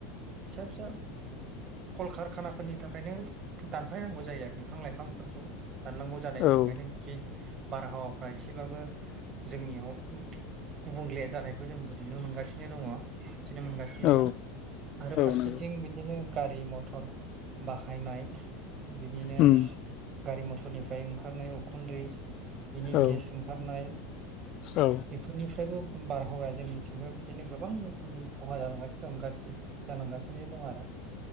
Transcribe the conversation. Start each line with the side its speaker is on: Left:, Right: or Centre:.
Right: फिसा फिसा कलकारखानाफोरनि थाखायनो दानफायनांगौ जायो आरो बिफां लाइफांफोरखौ दाननांगौ जानायनि
Left: औ
Right: थाखायनो बे बारहावाफ्रा एसेबाबो जोंनियाव गुबुंले जानायखौ जोंबो नुनो मोनो। मोनगासिनो दङ बिदिनो मोनगासिनोखा
Left: औ
Right: आरो फारसेथिं
Left: नंगौ
Right: बिदिनो गारि मथर बाहायनाय बिनिनो
Left: उम
Right: गारि मथर निफ्राय ओंखारनाय उखुन्दै बिनि
Left: औ
Right: गेस ओंखारनाय
Left: औ
Right: बेफोरनि फ्रायबो बारहावाया जोंनि थिंबो बिदिनो गोबां रोखोमनि खहा जालांगासिनो गासिब जालां गासिनो दं आरो